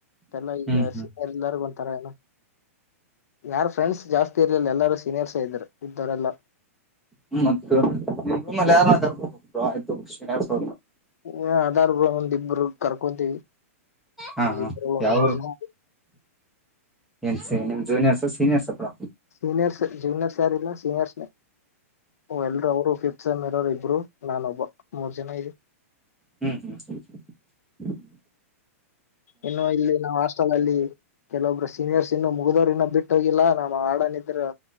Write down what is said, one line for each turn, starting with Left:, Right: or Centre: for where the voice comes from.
Left: ಮೆಲ್ಲಾ ಈಗ
Centre: ಹ್ಮ್ ಹ್ಮ್
Left: ಸೀನಿಯರ್ ಎಲ್ಲಾರೂ ಬೊಂತಾರೆ ಎಲ್ಲಾ. ಯಾರ ಫ್ರೆಂಡ್ಸ್ ಜಾಸ್ತಿ ಇರ್ಲಿಲ್ಲ ಎಲ್ಲಾರೂ ಸೀನಿಯರ್ಸ್ ಇದ್ದರು ಇದ್ದವರೆಲ್ಲ.
Centre: ಹ್ಮ್ ಮತ್ತ ನಿಮ್ ರೂಮಲೆ ಯಾರರ್ಬಬೇಕರು ಆಯ್ತು ಸೀನಿಯರ್ಸ್
Left: ಹೆ ಅದಾರ್ ಒಂದಿಬ್ಬರು ಕರ್ಕೊಂತೀವಿ
Centre: ಹಾ
Left: ಒಂದಿಬ್ರು
Centre: ಹಾ
Left: ಒಂದ್
Centre: ಯಾವ್
Left: ಮೂರ್
Centre: ಊರು
Left: ಜನ.
Centre: ಏನ್ ಸ ನಿಮ್ ಜೂನಿಯರ್ಸ್ ಸೀನಿಯರ್ಸಾ ಬ್ರೊ.
Left: ಸೀನಿಯರ್ಸ್ ಜೂನಿಯರ್ಸ್ ಯಾರಿಲ್ಲ ಸೀನಿಯರ್ಸ್ನೆ ಓ ಎಲ್ರೂ ಅವರು ಫಿಫ್ತ್ ಸೆಂ ಇರೋರು ಇಬ್ರು. ನಾನ ಒಬ್ಬ ಮೂರ್ ಜನ ಇದಿವಿ.
Centre: ಹ್ಮ್ ಹ್ಮ್ ಹ್ಮ್
Left: ಇನ್ನು ಇಲ್ಲಿ ನಾವು ಅಷ್ಟ <unintelligible> ಲ್ಲಿ ಕೆಲವೊಬ್ರು ಸೀನಿಯರ್ಸ್ ಇನ್ನು ಮುಗಿದೋರು ಇನ್ನೊ ಬಿಟ್ಟ ಹೋಗಿಲ್ಲಾ ನಾ ಆಡನಿದ್ರು